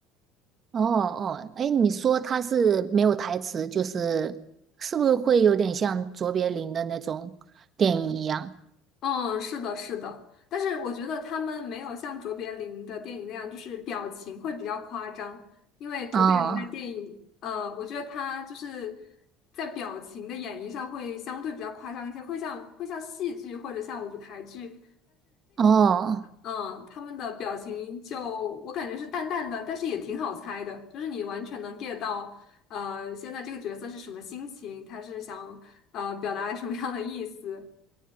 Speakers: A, on the right (about 35°); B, on the left (about 55°).
A: 哦哦，哎，你说他是没有台词，就是是不是会有点像卓别林的那种电影一样？
B: 嗯，是的，是的，但是我觉得他们没有像卓别林的电影那样，就是表情会比较夸张，因为卓别林的电影，
A: 哦
B: 呃，我觉得他就是在表情的演绎上会相对比较夸张一些，会像会像戏剧或者像舞台剧，
A: 哦
B: 嗯，他们的表情就我感觉是淡淡的，但是也挺好猜的，就是你完全能 get 到，呃，现在这个角色是什么心情，他是想呃表达什么样的意思。